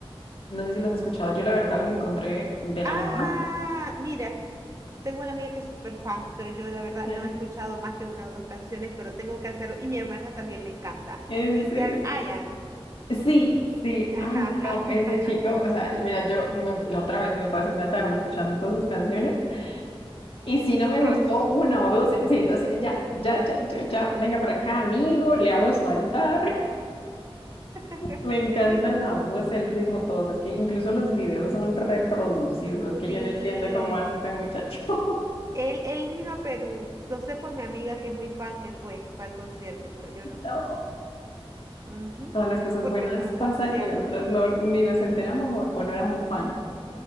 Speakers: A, on the left (about 65°); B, on the right (about 35°).
A: No sé si los has escuchado, yo la verdad los encontré de
B: Ah,
A: la nada.
B: mira, tengo una amiga que es súper fan, pero yo la verdad
A: ¿En serio?
B: no he escuchado más que una o dos canciones, pero tengo que hacerlo. Y mi hermana también le encanta.
A: ¿En
B: Deeper
A: serio?
B: Ian.
A: Sí, sí,
B: <laughs>
A: ay no, ese chico, o sea, mira, yo me- la otra vez me pasé una tarde escuchando todas sus canciones Y si no
B: Tu
A: me
B: crush.
A: gustó uno, o dos, sí, o sea, ya, ya, ya, ya, ya, venga para acá, amigo, le hago su altar. <laughs>
B: <laughs>
A: Me encanta la voz, el ritmo, todos. Es que incluso los videos son reproducidos. Es que
B: Sí.
A: yo no entiendo cómo hace este muchacho. <laughs>
B: Él, él vino a Perú. Lo sé por mi amiga que es muy fan que fue, fue al concierto, pero yo no
A: No.
B: fui. Ujú,
A: Todas las cosas
B: Porque
A: buenas
B: no lo conocía
A: pasan y otras
B: mucho.
A: no, ni nos enteramos o, o no éramos fan.